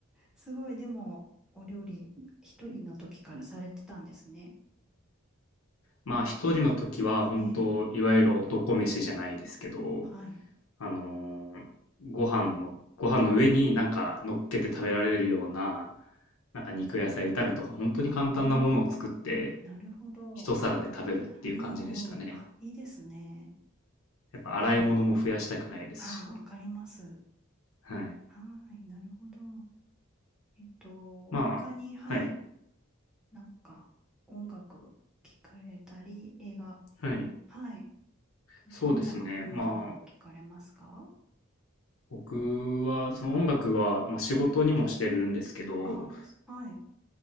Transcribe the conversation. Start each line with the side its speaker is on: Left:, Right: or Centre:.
Centre: すごい、でも、お料理、一人の時からされてたんですね。
Left: まあ一人の時は本当いわゆる男飯じゃないですけど
Centre: ええ、はい。
Left: あのーご飯の、ご飯の上になんか乗っけて食べられるような、なんか肉野菜炒めとか、本当に簡単なものを作って、
Centre: ああ、なるほど。
Left: 一皿で食べるっていう感じでしたね。
Centre: うんうん。あ、いいですね。
Left: やっぱ洗い物も増やしたくないですし。
Centre: でも、ああ、わかります。
Left: はい。
Centre: はい、なるほど。えっと、
Left: まあ、
Centre: 他に、はい、
Left: はい。
Centre: なんか、音楽聞かれたり、映画、
Left: はい。
Centre: はい。どんな音楽を聴かれますか
Left: そうですね。まあ、僕は、その音楽は、まあ、仕事にもしてるんですけど、
Centre: あ、はい。